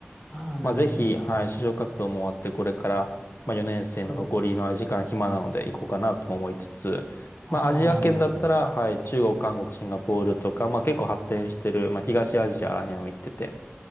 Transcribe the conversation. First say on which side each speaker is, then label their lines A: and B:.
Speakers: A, on the left; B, on the left.
A: ああ、なるほど、
B: まあ、ぜひ、
A: なるほど。
B: はい、就職活動も終わって、これから、まあ、4年生の残りの時間暇なので行こうかなとも思いつつ、
A: おう。ああ、
B: まあ、アジア圏だったら、
A: なるほど。
B: はい、中国、韓国、シンガポールとか、まあ、結構発展してる、まあ、東アジアらへんを行ってて。